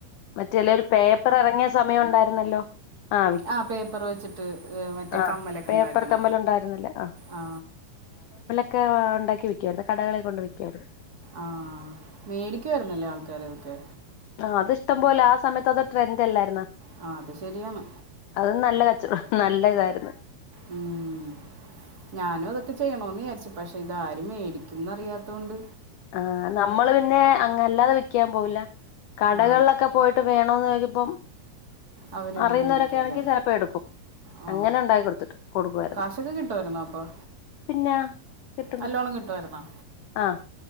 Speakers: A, on the left; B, on the right.
A: മറ്റേല്ല ഒരു പേപ്പർ എറങ്ങിയ സമയം ഉണ്ടായിരുന്നല്ലോ. ആ വിക്കും
B: ആഹ് പേപ്പർ വെച്ചിട്ട് മറ്റേ
A: ആ
B: കമ്മലൊക്കെ
A: പേപ്പർ
B: ഇണ്ടാക്കണ
A: കമ്മൽ ഉണ്ടായിരുന്നില്ലേ
B: ആ
A: ഒക്കെ ഒണ്ടാക്കി വിയ്ക്കുവായിരുന്നു കടകളിൽ കൊണ്ട് വിയ്ക്കുവായിരുന്നു.
B: ആഹ് മേടിക്കുവായിരുന്നല്ലേ ആൾക്കാര് അതൊക്കെ.
A: ആ അതിഷ്ടം പോലെ ആ സമയത്ത് അത് ട്രെൻഡ് അല്ലായിരുന്നോ
B: ആ അത് ശരിയാണ്
A: അത് നല്ല കച്ചവടം നല്ല ഇതായിരുന്നു.
B: ഉം ഞാനും അതൊക്കെ ചെയ്യണമന്ന് വിചാരിച്ചു പക്ഷേ ഇതാരും മേടിക്കും ന്നറിയാതോണ്ട്
A: ആഹ് നമ്മള് പിന്നെ അങ്ങ അല്ലാതെ വിക്കാൻ പോവില്ല. കടകളിലൊക്കെ
B: ആ
A: പോയിട്ട് വേണന്ന് ചോയ്ക്കിമ്പം
B: അവർ
A: അറിയുന്നവരൊക്കെ
B: മേടിക്കുമല്ലേ
A: ആണെങ്കിൽ ചിലപ്പോ എടുക്കും.
B: ആ
A: അങ്ങനെ ഉണ്ടായി കൊടുത്തിട്ടു കൊടുക്കുവായിരുന്നു.
B: കാശൊക്കെ കിട്ടുമായിരുന്നോ അപ്പോൾ
A: പിന്നെ കിട്ടും
B: നല്ലോണം
A: കിട്ടും
B: കിട്ടുമായിരുന്നോ
A: ആഹ്